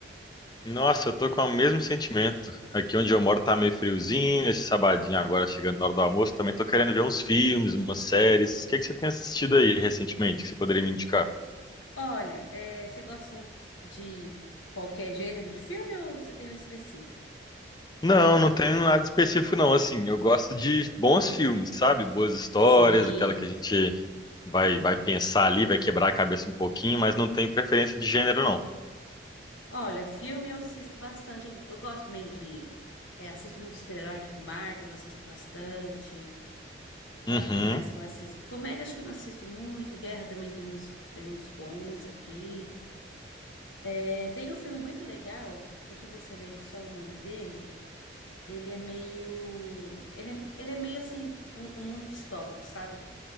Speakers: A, on the left; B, on the left.
A: Nossa, eu tô com o mesmo sentimento. Aqui onde eu moro tá meio friozinho, esse sabadinho agora chegando na hora do almoço, também tô querendo ver uns filmes, umas séries. O que que você tem assistido aí recentemente que você poderia me indicar?
B: Olha, é, você gosta de qualquer gênero de filme ou você tem um específico?
A: Não, não tenho nada específico não, assim, eu gosto de bons filmes, sabe? Boas histórias,
B: Sim.
A: aquela que a gente vai vai pensar ali, vai quebrar a cabeça um pouquinho, mas não tenho preferência de gênero não.
B: Olha, filme eu assisto bastante. Eu, eu gosto também de. é, assisto muito super-herói, tipo Marvel, eu assisto bastante.
A: Uhum.
B: O que mais que eu assisto? Comédia, acho que eu não assisto muito. Guerra também tem uns, tem uns bons aqui. É, tem um filme muito legal, deixa eu ver se eu lembro só o nome dele. Ele é meio. Ele é, ele é meio assim, um, um mundo distópico, sabe?